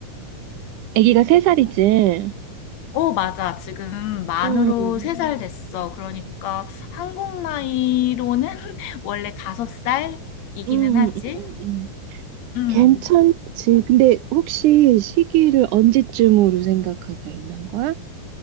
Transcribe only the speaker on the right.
아기가 세 살이지.
음, 음,
음,
음, 음.
괜찮지. 근데 혹시 시기를 언제쯤으로 생각하고 있는 거야?